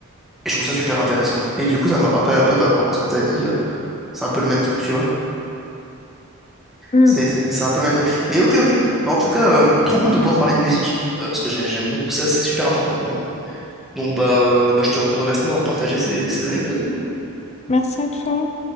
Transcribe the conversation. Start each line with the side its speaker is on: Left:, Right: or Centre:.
Centre: et je trouve ça super intéressant. Et du coup, ça me rappelle un peu, bah, par rapport à ce que t'as dit, euh, c'est un peu le même truc, tu vois.
Left: Mm.
Centre: C'est c'est- c'est un peu le même truc. Mais ok, ok. Mais en tout cas, euh, trop cool de pouvoir parler de musique, euh, parce que j'ai- j'aime beaucoup ça, c'est super important pour moi. Donc, bah, euh, bah, je te remercie de m'avoir partagé ces ces anecdotes, du coup.
Left: Merci à toi.